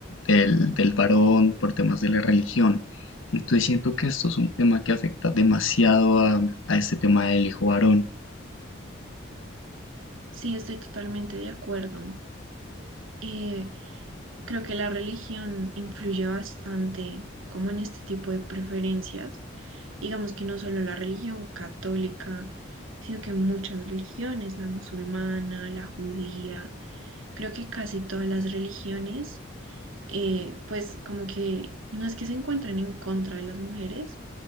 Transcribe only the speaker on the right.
Sí, estoy totalmente de acuerdo. Eh, creo que la religión influye bastante como en este tipo de preferencias. Digamos que no solo la religión católica, sino que muchas religiones, la musulmana, la judía, creo que casi todas las religiones, eh, pues como que no es que se encuentren en contra de las mujeres,